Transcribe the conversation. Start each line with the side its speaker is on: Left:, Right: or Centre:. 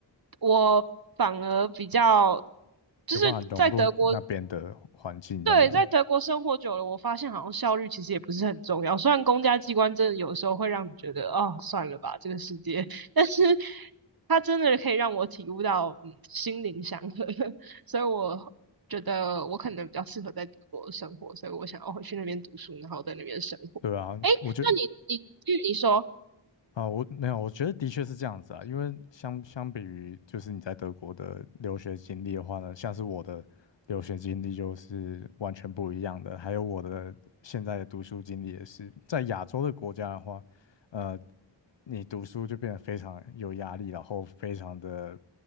Right: 我反而比较就是在德国。
Left: 有办法融入那边的环境这样子。
Right: 对，在德国生活久了，我发现好像效率其实也不是很重要。虽然公家机关真的有时候会让你觉得哦，算了吧，这个世界，但是它真的可以让我体悟到、嗯、心灵祥和，<laughs> 所以我觉得我可能比较适合在德国生活，所以我想要回去那边读书，然后在那边生活。
Left: 对啊，
Right: 诶，
Left: 我觉得
Right: 那你你据你说，
Left: 啊，我没有，我觉得的确是这样子啊，因为相相比于就是你在德国的留学经历的话呢，像是我的留学经历就是完全不一样的，还有我的现在的读书经历也是，在亚洲的国家的话，呃，你读书就变得非常有压力，然后非常的